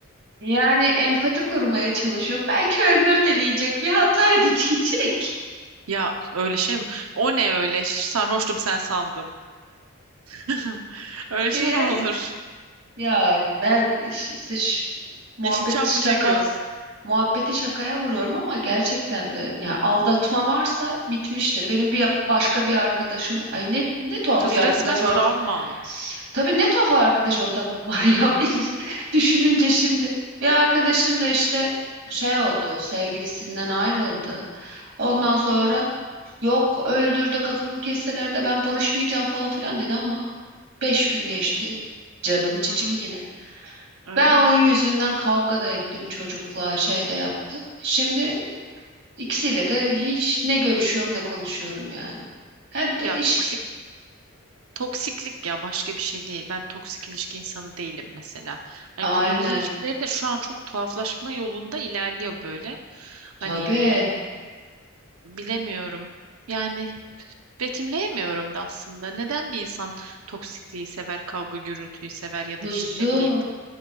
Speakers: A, on the right (about 55°); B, on the right (about 85°).
A: Yani empati kurmaya çalışıyor. Belki özür dileyecek, bir hataydı <laughs> diyecek
B: Ya öyle şey mi? O ne öyle? Sarhoştum sen sandım. <laughs> Öyle
A: diye.
B: şey mi olur?
A: Ya ben iş- işte ş- muhabbeti
B: Yeşilçam
A: şaka
B: mı çekiyoruz?
A: muhabbeti şakaya vuruyorum ama gerçekten de ya
B: Hı.
A: aldatma varsa bitmiştir. Benim bir başka bir arkadaşım ay ne ne tuhaf
B: Kız
A: bir arkadaş
B: resmen
A: ort.
B: travma.
A: Tabii ne tuhaf arkadaş ortamım var ya <laughs> benim. Düşününce şimdi bir arkadaşım da işte şey oldu, sevgilisinden ayrıldı. Ondan
B: Hı.
A: sonra Yok öldürdü, kafamı kesseler de ben barışmayacağım falan filan dedi ama beş gün geçti. Canım cicim
B: Hı.
A: yine.
B: Ay.
A: Ben onun yüzünden kavga da ettim çocukla şey de yaptım. Şimdi ikisiyle de hiç ne görüşüyorum ne konuşuyorum yani. Hem
B: Ya
A: de iş...
B: toksik Toksiklik ya başka bir şey değil. Ben toksik ilişki insanı değilim mesela. Hani
A: Aynen
B: günümüz ilişkileri de şu an çok tuhaflaşma yolunda ilerliyor böyle.
A: tabii
B: Hani bilemiyorum. Yani betimleyemiyorum da aslında. Neden bir insan toksikliği sever, kavga gürültüyü sever ya
A: kuzum
B: da işte ne bileyim.